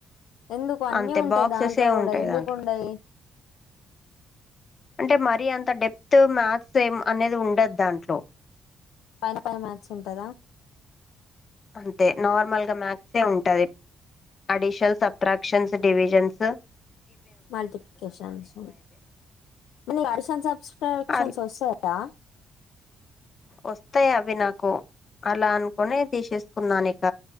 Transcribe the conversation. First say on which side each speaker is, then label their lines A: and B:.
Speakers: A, on the left (about 85°); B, on the left (about 40°).
A: ఎందుకు అన్నీ
B: అంతే
A: ఉంటాయి
B: బాక్సెసే
A: దాంట్లో గూడా
B: ఉంటాయి
A: ఎందుకుండయి?
B: దాంట్లో అంటే మరీ అంత డెప్త్ మ్యాథ్స్ ఏం అనేది ఉండదు దాంట్లో.
A: పైన పైన మ్యాథ్స్ ఉంటదా?
B: అంతే నార్మల్ గా మ్యాథసే ఉంటది. అడిషన్స్, సబ్ట్రాక్షన్స్, డివిజన్స్ సు.
A: మల్టిప్లికేషన్స్, మరి అడిషన్స్, సబ్ట్రాక్షన్స్
B: అల్
A: వస్తాయా?
B: వస్తాయి. అవి నాకు అలా అనుకునే తేశేసుకున్నా ఇక.